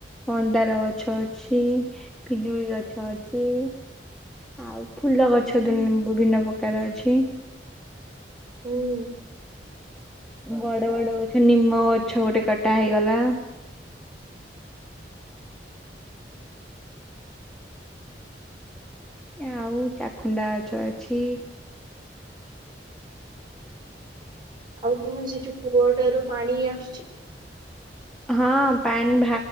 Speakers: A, in the centre; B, on the right (about 25°).
A: ମନ୍ଦାର ଗଛ ଅଛି ପିଜୁଳି ଗଛ ଅଛି। ହଉ। ଫୁଲ ଗଛ
B: ହୁଁ।
A: ବିଭିନ୍ନ ପ୍ରକାର ଅଛି।
B: ହୁଁ।
A: ବଡ ବଡ ଗଛ ନିମ ଗଛ ଗୋଟେ କଟା ହେଇଗଲା। ଆଉ ଚାଖୁଣ୍ଡା ଗଛ ଅଛି।
B: ଆଉ ତମ ଯ ଯୋଉ ପୁଅଟ ର ପାଣିଆ
A: ହଁ ପ ଅଛି